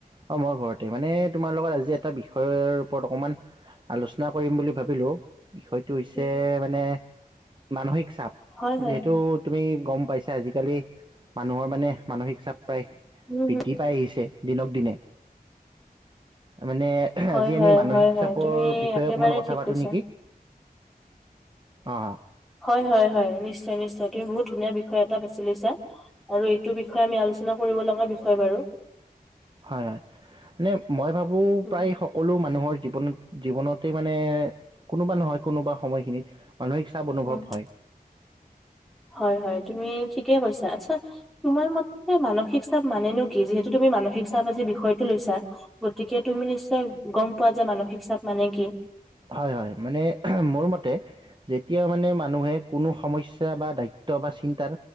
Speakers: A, on the right (about 30°); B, in the centre.
A: অ মই ঘৰতে মানে তোমাৰ লগত আজি এটা বিষয়ৰ ওপৰত অকমান আলোচনা কৰিম বুলি ভাবিলো <inaudible> বিষয়টো হৈছে
B: উম,
A: মানে মানসিক
B: হয় হয়।
A: যিহেতু তুমি গম পাইছে আজিকালি মানুহৰ মানে মানসিক চাপ প্ৰায়
B: উম
A: বৃদ্ধি
B: হুম।
A: পাই আহিছে দিনক দিনে <inaudible> মানে
B: হয়
A: আজি
B: হয়
A: আমি মানসিক
B: হয় হয়।
A: চাপৰ
B: তুমি
A: বিষয়ে
B: একেবাৰে
A: অকণমান কথা
B: ঠিক
A: পাতো
B: কৈছা।
A: নেকি। অ।
B: হয় হয় হয়, নিশ্চয়- নিশ্চয় তুমি বহুত ধুনীয়া বিষয় এটা বাছি লৈছা আৰু এইটো বিষয়ে আমি আলোচনা কৰিব লগা বিষয় বাৰু।
A: হয় হয়, মানে মই ভাবো
B: উম।
A: প্ৰায় সকলো মানুহৰ জীৱনত। জীৱনতে মানে কোনোবা নহয় কোনোবা সময়খিনিত। মানসিক চাপ অনুভৱ
B: উম,
A: হয়।
B: হয় হয় তুমি ঠিকেই কৈছা, আচ্ছা তোমাৰ মতে মানসিক চাপ মানেনো কি যিহেতু তুমি মানসিক চাপ আজি বিষয়টো লৈছা গতিকে তুমি নিশ্চয় গম পোৱা যে মানসিক চাপ মানে কি।
A: হয় হয় মানে মোৰ মতে যেতিয়া মানে মানুহে কোনো সমস্যা বা দায়িত্ব বা চিন্তাৰ